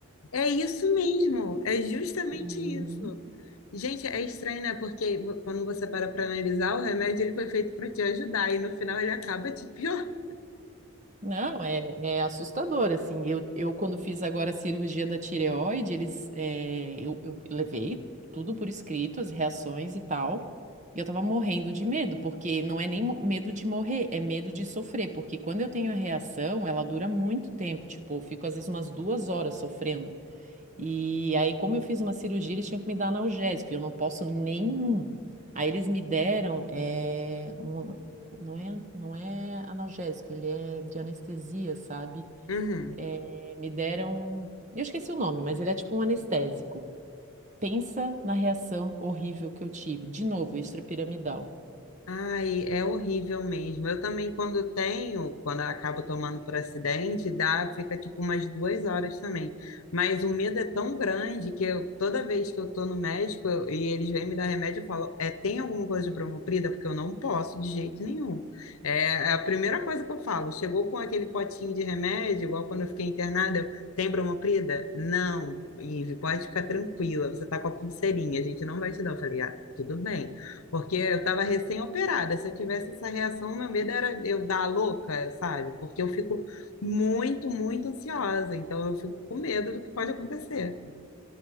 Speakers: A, on the left (about 85°); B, on the right (about 35°).
A: É isso mesmo, é justamente
B: Uhum.
A: isso. Gente, é estranho, né? Porque vo- quando você para para analisar, o remédio ele foi feito para te ajudar e no final ele acaba te piorando.
B: Não, é, é assustador, assim, eu, eu quando fiz agora a cirurgia da tireoide, eles, eh, eu, eu levei tudo por escrito, as reações e tal, e eu tava morrendo de medo, porque não é nem mo- medo de morrer, é medo de sofrer, porque quando eu tenho a reação, ela dura muito tempo, tipo, eu fico às vezes umas duas horas sofrendo, e aí, como eu fiz uma cirurgia, eles tinham que me dar analgésico, e eu não posso nenhum. Aí eles me deram, eh, um- não é, não é analgésico, ele é de anestesia, sabe?
A: Uhum.
B: Eh, me deram, eu esqueci o nome, mas ele é tipo um anestésico. Pensa na reação horrível que eu tive. De novo, extrapiramidal.
A: Ai, é horrível mesmo. Eu também, quando tenho, quando eu acabo tomando por acidente, dá, fica tipo umas duas horas também. Mas o medo é tão grande que eu, toda vez que eu tô no médico eu- e eles vêm me dar remédio, eu falo, é, tem alguma coisa de bromoprida? Porque eu não posso de jeito nenhum. É, é a primeira coisa que eu falo. Chegou com aquele potinho de remédio, igual quando eu fiquei internada, eu, tem bromoprida? Não, Ive, pode ficar tranquila, você tá com a pulseirinha, a gente não vai te dar. Eu falei, ah, tudo bem. Porque eu estava recém-operada. Se eu tivesse essa reação, meu medo era eu dar a louca, sabe? Porque eu fico muito, muito ansiosa. Então eu fico com medo do que pode acontecer.